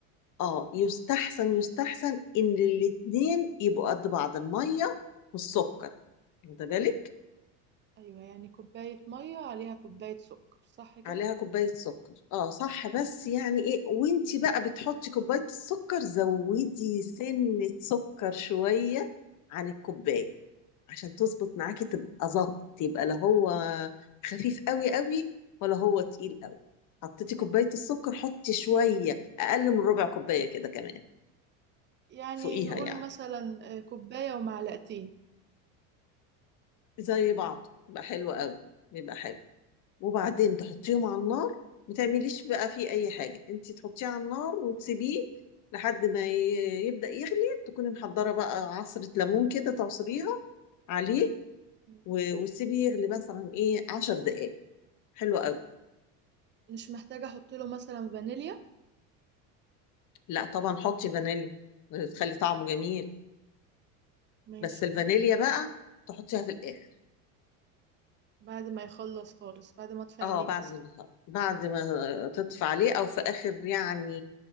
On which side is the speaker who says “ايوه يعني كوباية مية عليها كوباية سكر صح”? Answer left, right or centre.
Right